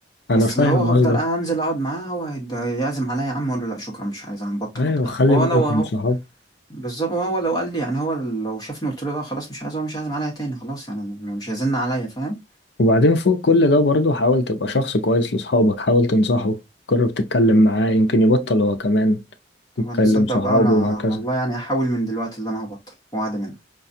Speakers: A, on the left; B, on the left.
A: انا
B: بس
A: فاهم
B: اللي هو هفضل
A: قصدك
B: قاعد أنزل أقعد معاه هو هيد- يعزم عليا يا عم أقول له لا شكرا مش عايز أنا مبطل
A: ايوه
B: والله
A: خلي
B: وهو
A: بالك
B: أنا وهو
A: من صحابك
B: بالظبط وهو لو قال لي يعني هو لو شافني قلت له لا خلاص مش عايز هو مش عايز عليا تاني خلاص يعني م- مش هيزن عليا فاهم
A: وبعدين فوق كل ده برضه حاول تبقى شخص كويس لصحابك حاول تنصحه جرب تتكلم معاه يمكن يبطل هو كمان
B: طب
A: يتكلم
B: انا اصدق
A: صحابه
B: بقى انا
A: وهكذا
B: والله يعني هحاول من دلوقتي اللي انا هبطل وعد مني